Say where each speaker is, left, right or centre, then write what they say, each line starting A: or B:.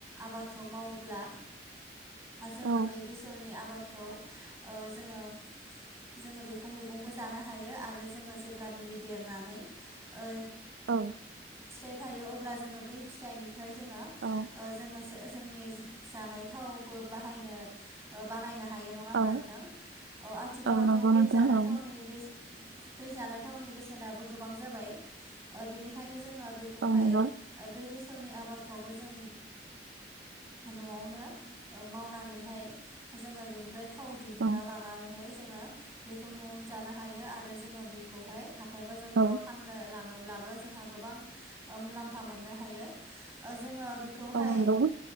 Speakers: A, on the right; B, on the right.
A: आबादखौ मावोब्ला जोङो
B: औ
A: बे बेसरनि आबादखौ ओ जोङो जोङो बेखौ मैगंबो जानो हायो आरो जोङो जेब्ला बियो देरनानै ओ
B: औ
A: फिथाइ थायो अब्ला जोङो बै फिथाइनिफ्राय जोङो ओ
B: औ
A: जोङो जोंनि जानाय थावबो बाहायनो बानायनो हायो नङा होमबा
B: औ
A: नोंथां औ आथिखालावथ'
B: औ नंगौ
A: बै
B: नोंथां
A: जानाय
B: औ
A: थावनि बे बे जानाय थावनि बेसेनाबो गोबां जाबाय बेनिखायनो जोङो बे बेखौहाय
B: औ नंगौ
A: बे बेसरनि आबादखौबो जों न'आवनो मावनानैहाय जोङो बेनि ओमफ्राय थाव दिहुनना
B: औ
A: लानानैहाय जोङो बेखौ न'आवनो जानो हायो आरो जोङो बेखौहाय हा हाथाय बाजारफोराव
B: औ
A: फाननो लाङोब्लाबो जोंहा गोबां मुलाम्फा मोननो हायो जोङो बेखौहाय
B: औ नंगौ